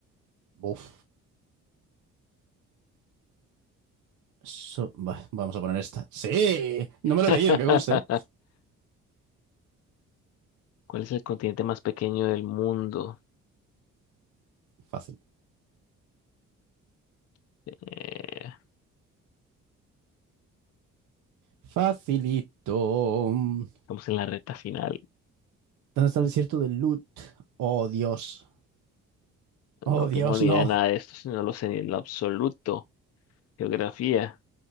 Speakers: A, on the right (about 80°); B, on the left (about 55°).
A: Uf. So- va- vamos a poner esta. ¡Sí! No me lo
B: <laughs>
A: he leído, que conste.
B: ¿Cuál es el continente más pequeño del mundo?
A: Fácil.
B: Eh,
A: Facilito. ¿Dónde
B: estamos en la recta final.
A: está el desierto de Lut? Oh, Dios. Oh,
B: No tengo
A: Dios,
B: ni
A: no.
B: idea de nada de esto, si no lo sé ni en lo absoluto. Geografía.